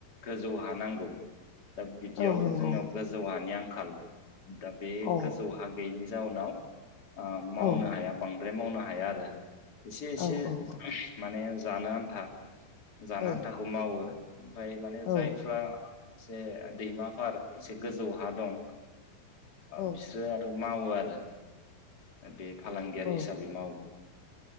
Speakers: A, on the left; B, on the left.
A: गोजौ हानांगौ। दा बिदियाव
B: औ नंगौ
A: जोंनाव गोजौ हानि आं खाल दा बे
B: अ
A: गोजौहा गैयिनि जाउनाव मावनो
B: औ
A: हाया बांद्राय मावनो हाया हाया आरो। इसे इसे
B: औ औ औ
A: माने जानो आन्था जाना
B: औ
A: आन्थाखौ मावो। ओमफ्राय माने जायफ्रा
B: औ
A: ए दैमाफार मोनसे गोजौ हा दं
B: औ
A: बिसोरो आरो मावो आरो। ओ दे फालांगियारि
B: औ
A: हिसाबै मावो। उम